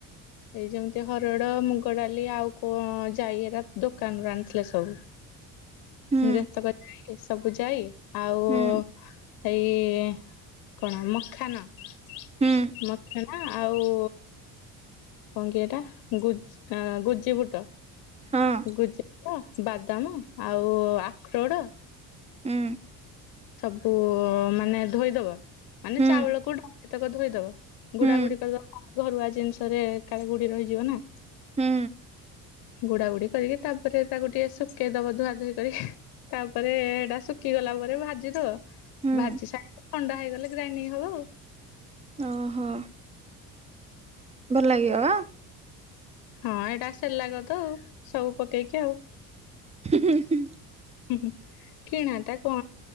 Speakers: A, on the left; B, on the right.
A: ଏଇ ଯେମିତି ହରଡ଼ ମୁଗ ଡାଲି ଆଉ କଣ ଯାଇ ଏରା ଦୋକାନ ରୁ ଆଣିଥିଲେ ସବୁ।
B: ହୁଁ
A: ଯେତକ ଯାଇ ସବୁ ଯାଇ ଆଉ
B: ହୁଁ
A: ଏଇ କଣ ମଖାନ ମଖାନା
B: ହୁଁ
A: ଆଉ କଣ କି ଏଟା ଗୁଜ୍ ଗୁଜିିବୁଟ
B: ହଁ
A: ଗୁଜି ଟ ବାଦାମ ଆଉ ଆଖରୋଡ଼
B: ଉଁ
A: ସବୁ ମାନେ ଧୋଇଦବା ମାନେ
B: ହୁଁ
A: ଚାଉଳକୁ ଡା ତକ ଧୋଇଦବ
B: ହୁଁ
A: ଗୁଡା ଗୁଡି କରିଦ ଘରୁଆ ଜିନିଷରେ କାଳେ ଗୁଡି ରହିଯିବ ନା।
B: ହୁଁ।
A: ଗୁଡା ଗୁଡି କରିକି ତାପରେ ତାକୁ ଟିକେ ଶୁକେଇ ଦବ ଧୁଆ ଧୁଇ କରି। ତାପରେ ହେଟା ଶୁକିଗଲା ପରେ ଭା ଜି ଦବ
B: ହୁଁ
A: ଭାଜି ସାଇଲେ ଥଣ୍ଡା ହେଇଗଲେ ଗ୍ରାଇଣ୍ଡିଂ ହବ ଆଉ।
B: ଓହୋ। ଭଲ ଲାଗିବ ବା।
A: ହଁ ଏଇଟା ସେରଲାଗ ତ ଆଉ ସବୁ ପକେଇକି ଆଉ।
B: ହୁଁ ହୁଁ ହୁଁ।
A: ହୁଁ ହୁଁ। କିଣାଟା କଁ